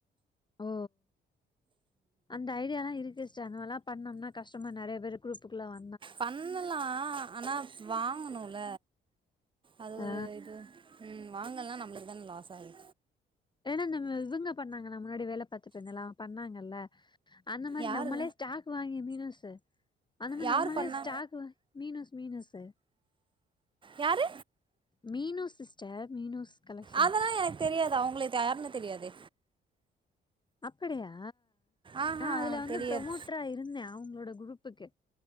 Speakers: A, on the left (about 25°); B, on the right (about 25°).
A: ஓ அந்த ஐடியாலா இருக்கு ஸ்டர் அந்தமல்லா பண்ணோம்னா கஷ்டமா நிறைய பேரு குரூப்புக்குல்ல வ
B: பண்ணலா ஆனா வாங்கனுல அது
A: ஆ
B: ஒரு இது ம் வாங்கலா நம்மளுக்தா லாசா ஆ இரு
A: ஏன்னா இந்த இவங்க பண்ணாங்க நா முன்னாடி வேல பாத்துட்டுருந்தேல அவங்க பண்ணாங்கல்ல அந்த மாரி
B: யாரு
A: நம்மளே ஸ்டாக் வாங்கி மீனஸு அந்த மாரி
B: யாரு
A: நம்மளே
B: பண்ணா
A: ஸ்டாக் மீனோஸ் மீனோஸ்
B: யாரு?
A: மீனு சிஸ்டர் மீனூஸ் கலெக்ஷன்
B: அதெல்லா எனக்கு தெரியாது அவங்கள இது யாருன்னு தெரியாதே.
A: அப்படியா?
B: ஆஹா
A: நா அதுல வந்து
B: தெரியாது
A: ப்ரமோட்டரா இருந்தே அவங்களோட குரூப்புக்கு